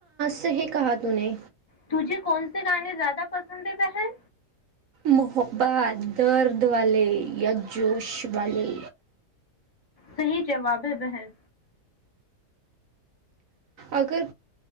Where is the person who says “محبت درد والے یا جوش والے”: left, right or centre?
Right